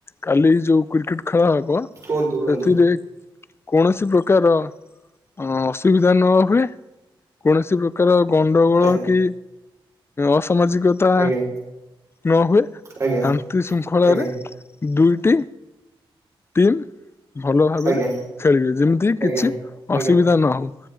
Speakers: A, on the left; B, on the right.
A: କାଲି ଯୋଉ କ୍ରିକେଟ ଖେଳହବ
B: କୁହନ୍ତୁ
A: ସେଥିରେ
B: ବନ୍ଧୁ
A: କୌଣସି ପ୍ରକାର ଅ ସୁବିଧା ନହୁଏ। କୌଣସି ପ୍ରକାର ଗଣ୍ଡଗୋଳକି
B: ଆଜ୍ଞା
A: ଅସମାଜିକ ତା
B: ଆଜ୍ଞା
A: ନହୁଏ
B: ଆଜ୍ଞା
A: ଶାନ୍ତି ଶୃଙ୍ଖଳାରେ
B: ଆଜ୍ଞା
A: ଦୁଇଟି ଟିମ ଭଲଭାବରେ
B: ଆଜ୍ଞା
A: ଖେଳିବେ ଯେମିତ ତି
B: ଆଜ୍ଞା।
A: କିଛି
B: ଆଜ୍ଞା
A: ଅସୁବିଧା ନହଉ